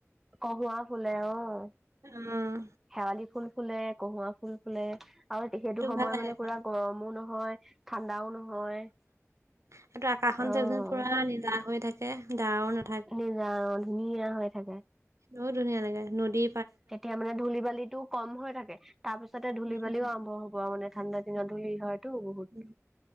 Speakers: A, in the centre; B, on the right.
A: কঁহুৱা ফুলে অ'।
B: উম
A: শেৱালি ফুল ফুলে, কঁহুৱা ফুল ফুলে। আৰু সেইটো সময়
B: ভাল লাগে
A: মানে
B: আকৌ।
A: পুৰা গৰমো নহয়, ঠাণ্ডাও নহয়।
B: <unintelligible> আকাশখন
A: অ,
B: চা চোন পুৰা নীলা হৈ থাকে ডাৱৰ না
A: <unintelligible> ধুনীয়া হৈ থাকে।
B: বহুত ধুনীয়া লাগে নদী
A: তেতিয়া মানে ধূলি বালিটো কম হৈ থাকে, তাৰপিছতে ধূলি
B: উম
A: বালিও আৰম্ভ হ'ব আৰু মানে। ঠাণ্ডা দিন ধূলি হয়টো বহুত,
B: উম,